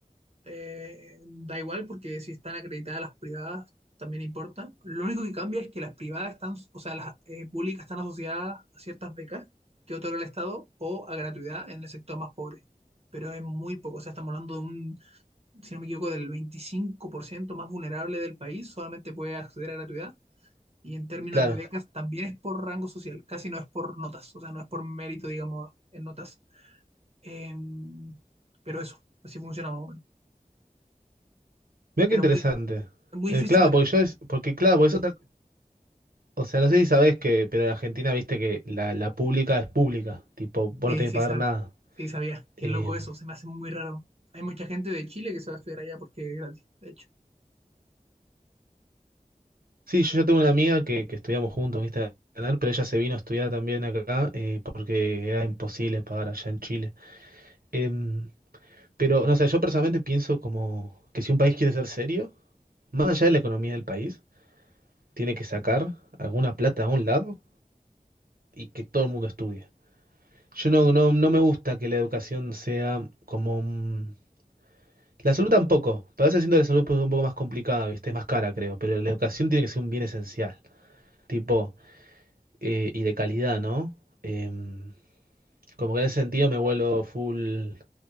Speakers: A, on the right; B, on the right.
A: eh, da igual porque si están acreditadas las privadas también importa. Lo único que cambia es que las privadas están, o sea, las eh, públicas están asociadas a ciertas becas que otorga el Estado o a gratuidad en el sector más pobre. Pero es muy poco, o sea, estamos hablando de un, si no me equivoco, del 25% más vulnerable del país, solamente puede acceder a gratuidad. Y en términos
B: Claro.
A: de becas también es por rango social, casi no es por notas, o sea, no es por mérito, digamos, en notas. Em, pero eso, así funciona más o menos.
B: Mira
A: Pero
B: qué interesante.
A: muy, Muy
B: Eh,
A: difícil
B: claro,
A: entender.
B: porque yo es, porque claro, porque eso está- o sea, no sé si sabes que, pero en Argentina viste que la, la pública es pública, tipo, vos
A: Sí,
B: no tenés
A: sí
B: que pagar
A: sabía.
B: nada.
A: Sí sabía.
B: Eh,
A: Qué loco eso. Se me hace muy raro. Hay mucha gente de Chile que se va a estudiar allá porque es gratis, de hecho.
B: sí, yo, yo tengo una amiga que, que estudiamos juntos, viste, a ganar, pero ella se vino a estudiar también acá, eh, porque era imposible pagar allá en Chile. Em, pero, no sé, yo personalmente pienso como que si un país quiere ser serio, más allá de la economía del país, tiene que sacar alguna plata a un lado y que todo el mundo estudie. Yo no, no, no me gusta que la educación sea como... un- La salud tampoco, pero a veces siento que la salud pues, un poco más complicada, ¿viste? Es más cara, creo, pero la educación tiene que ser un bien esencial, tipo, eh, y de calidad, ¿no? Em, como que en ese sentido me vuelo full,